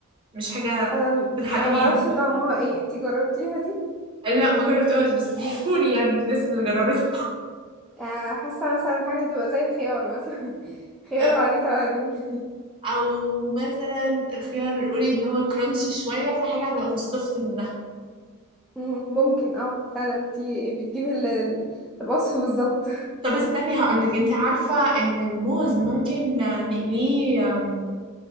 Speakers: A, on the right; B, in the centre.
A: مش حاجة
B: انا
A: بنحلي
B: انا
A: بيها
B: معرفش طعمها ايه انتي جربتيها دي
A: لا ما جربتهاش بس بيحكولي يعني الناس اللي جربتها
B: آه، حاسة مثلا حاجة هتبقى زي الخيار مثلا <laughs> خيار
A: <laughs>
B: وعليه توابل <laughs>
A: أو مثلا الخيار القولي إن هو كرانشي شوية فحاجة هتبقى في السوفت منها
B: مم، ممكن اه فعلا انتي بتجيبي ال- ال- الوصف بالظبط
A: طب استني هقولك انت عارفة ان الموز ممكن آه، نقليه آم،